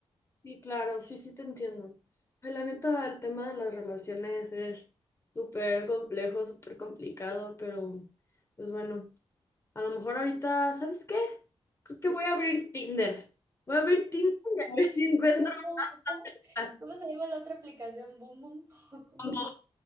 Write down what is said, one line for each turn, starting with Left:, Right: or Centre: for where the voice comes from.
Left: Sí, claro, sí, sí te entiendo. Ay, La neta, el tema de las relaciones es súper complejo, súper complicado, pero pues bueno, a lo mejor ahorita, ¿sabes qué? Creo que voy a abrir Tinder. Voy a abrir Tinder y a ver si encuentro
Right: Boom, boom, boom.
Left: a
Right: ¿Cómo se llama la otra aplicación? ¿Boom, boom? <laughs> ¿O ¿Cómo?
Left: combo.